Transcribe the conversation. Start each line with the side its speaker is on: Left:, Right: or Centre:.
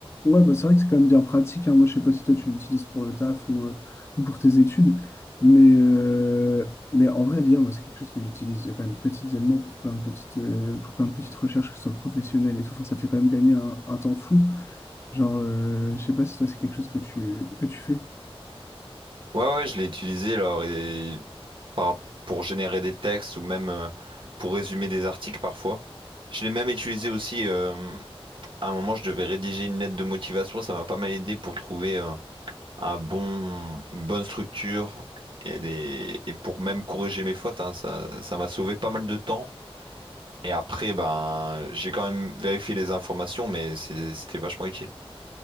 Left: Ouais, bah, c'est vrai que c'est quand même bien pratique. hein. Moi, je sais pas si toi tu l'utilises pour le taf ou, euh, ou pour tes études, mais, euh, mais en vrai, l'IA, moi, c'est quelque chose que j'utilise quand même quotidiennement pour plein de petites, euh, pour plein de petites recherches, que ce soit professionnelles et tout. Enfin, ça fait quand même gagner un, un temps fou. Genre, euh, je sais pas si toi, c'est quelque chose que tu, que tu fais.
Right: Ouais, ouais, je l'ai utilisé alors et par- pour générer des textes ou même euh, pour résumer des articles parfois. Je l'ai même utilisé aussi euh, à un moment, je devais rédiger une lettre de motivation, ça m'a pas mal aidé pour trouver euh, un bon, une bonne structure et, des, et pour même corriger mes fautes, hein, ça, ça m'a sauvé pas mal de temps. Et après, ben, j'ai quand même vérifié les informations, mais c'est- c'était vachement utile.